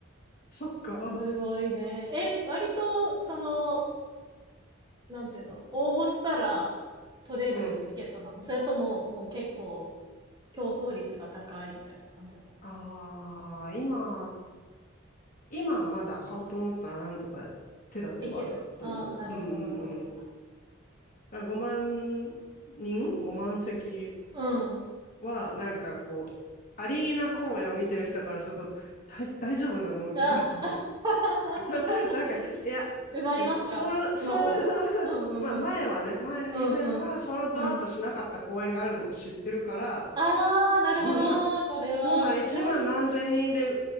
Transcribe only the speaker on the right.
ーすごいね。え、割と、その、なんていうの応募したら取れるチケットなのそれとも、
もう結構競争率が高いみたいな感じなの
いけるああー、なるほどなるほど。
うん。
あ、<laughs>
い
埋まりますかの方うんうんうん。
うんうん。
うん。ああ、なるほど。
それは、
<laughs> うん